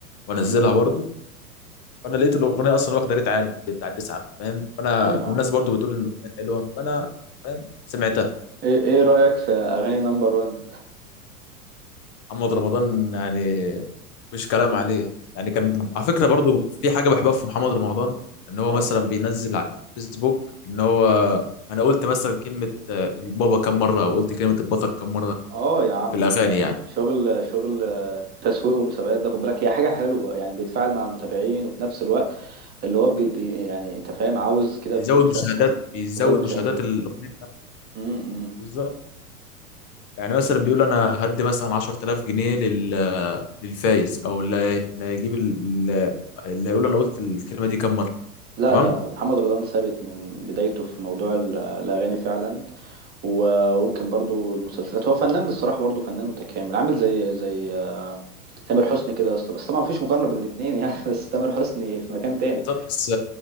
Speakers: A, on the left; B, on the right.
A: وأنزلها
B: مم.
A: برضو فأنا لقيت الأغنية أصلا واخدة ريت عالي بتاع تسعة فاهم فأنا
B: ايوه يا
A: والناس
B: عم
A: برضو بتقول إن الأغنية حلوة فأنا فاهم سمعتها
B: ايه إيه رأيك في اغاني نمبر 1
A: محمد رمضان يعني مش كلام عليه يعني كان على فكرة برضو في حاجة بحبها في محمد رمضان ان هو
B: اه
A: مثلا بينزل على الفيسبوك ان هو انا قلت مثلا كلمة آه، البابا كم مرة او قلت كلمة البطل كم مرة
B: اه يا عمي
A: في الاغاني
B: ده
A: يعني
B: شغل شغل تسويق ومسابقات ده خد بالك هي حاجة حلوة يعني بيتفاعل مع المتابعين وفي نفس الوقت اللي هو بي بي يعني انت فاهم عاوز كده
A: بيزود
B: في مشاركة
A: مشاهدات بيزود
B: وزاد مشاهدات
A: مشاهدات الاغنية
B: امم
A: بالظبط يعني مثلا بيقول انا هدي مثلا 10000 جنيه لل آه، للفايز او اللي هي- اللي هيجيب ال- اللي هيقول انا قلت الكلمة دي كم مرة
B: لا
A: تمام
B: لا محمد رمضان ثابت من بدايته في موضوع ال- الأغاني فعلا و- وممكن برضو المسلسلات هو فنان الصراحة برضو فنان متكامل عامل زي زي آه، تامر حسني كده يا اسطى بس طبعا مفيش مقارنة بين الاتنين يعني <laughs> بس تامر حسني في مكان تاني
A: بالظبط. بس